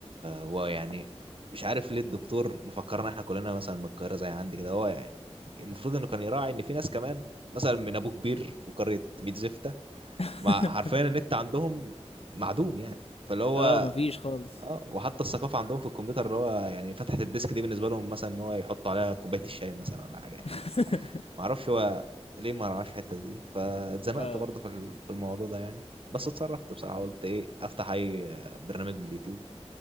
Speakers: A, on the right; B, on the left.
A: ويعني مش عارف ليه الدكتور مفكرنا احنا كلنا مثلا من القاهره زي عندي كده هو يعني المفروض انه كان يراعي ان في ناس كمان مثلا من ابو كبير وقريه ميت زفته
B: <laughs>
A: مع حرفيا النت عندهم معدوم يعني فاللي هو
B: اه مفيش خالص
A: اه وحتى الثقافه عندهم في الكمبيوتر اللي هو يعني فتحه الديسك دي بالنسبه لهم مثلا ان هو يحطوا عليها كوبايه الشاي مثلا ولا حاجه يعني
B: <laughs>
A: ما اعرفش هو ليه ما رعاش الحته دي فاتزنقت
B: اه
A: برضه في ال- في الموضوع ده يعني بس اتصرفت بصراحه قلت ايه افتح اي برنامج من اليوتيوب